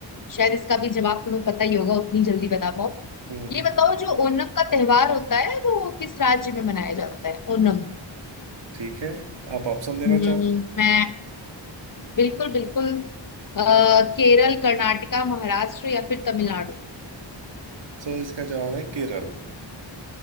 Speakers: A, on the left (about 45°); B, on the right (about 70°).
A: शायद इसका भी जवाब तुम्हें पता ही होगा उतनी जल्दी बता पाओ
B: हम्म
A: ये बताओ जो ओणम का त्योहार होता है वो किस राज्य में मनाया जाता है ओणम
B: ठीक है आप ऑप्शन देना
A: हम्म,
B: चाहोगे
A: मैं बिल्कुल बिल्कुल अ, केरल कर्नाटका महाराष्ट्र या फिर तमिलनाडु
B: तो इसका जवाब है केरल